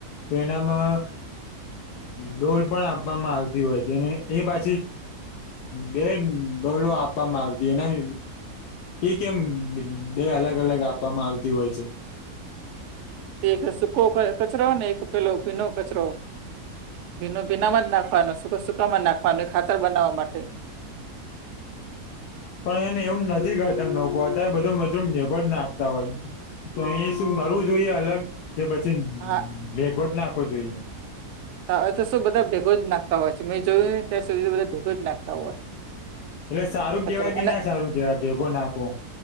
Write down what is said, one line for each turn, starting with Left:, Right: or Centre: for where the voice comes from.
Left: જે નામાં. ડોલ પણ આપવામાં આવતી હોય છે, અને એ પાછી. બેન ડોલો આપવામાં આવતી એમ. એઈ કેમ બે અલગ અલગ આપવામાં આવતી હોય છે.
Right: તે એક સૂકો કચરો ને એક પેલો ભીનો કચરો, ભીનું ભીના માં જ નાખવાનું સુકો સુકામાં જ નાખવાનું એ ખાતર બનાવા માટે.
Left: પણ એને એવું નથી કરતા લોકો અત્યારે બધું મજરું નિભ નાખતા હોય. તો અહી શું કરરવું જોઈએ અલગ કે પછી
Right: હા
Left: ભેગો જ નાખવો જોઈએ
Right: હા તો શું બધા ભેગો જ નાખતા હોય છે મેં જોયું ને ત્યાર સુધી તો બધા ભેગો જ નાખતા હોય
Left: એટલે સારું
Right: કચરો
Left: કેવાય કે
Right: અને
Left: ના સારું કેવાય ભેગો નાખો